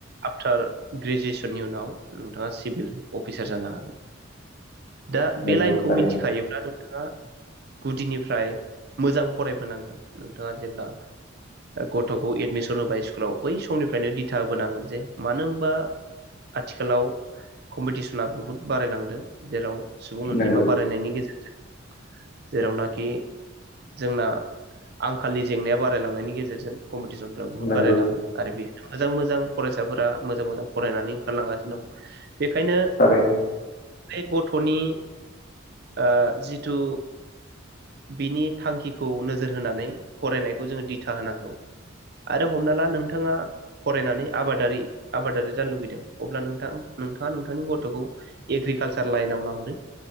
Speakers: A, on the right; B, on the left.
A: आफटार ग्रेजुवेसन फोरनि उनाव नोंथाङा सिभिल अफिसार जानो हागोन। दा
B: नंगौ
A: बे लाइनखौ
B: थारैनो
A: मिथिखायोब्ला नोंथाङा गुदिनिफ्राय मोजां फरायबोनांगोन नोंथाङा जेब्ला गथ'खौ एडमिसन होबाय स्कुलाव बै समनिफ्रायनो दिथा होबोनांगोन जे मानो होनबा आथिखालाव कम्पिटिसना बुहुद बारायलांदों जेराव सुबुं अनजिमा
B: नंगौ
A: बारायनायनि गेजेरजों जेरावनाखि जोंना आंखाल जेंनाया बारायलांनायनि गेजेरजों कम्पि पटिसन बहुत
B: नंगौ
A: बारायलाङो आरो बे मोजां मोजां फरायसाफोरा मोजां मोजां फरायनानै ओंखारलांगासिनो दं। बेखायनो
B: थारैनो
A: बे गथ' ट'नि ओ जिथु बिनि थांखिखौ नोजोर होनानै फरायनायखौ जोङो दिथा होनांगौ आरो हमना ला नोंथाङा फरायनानै आबादारि आबादारि जानो लुुबैदों अब्ला नों थां नोंथाङा नोंथांनि गथ'खौ एग्रिकालसार लाइनाव लांदो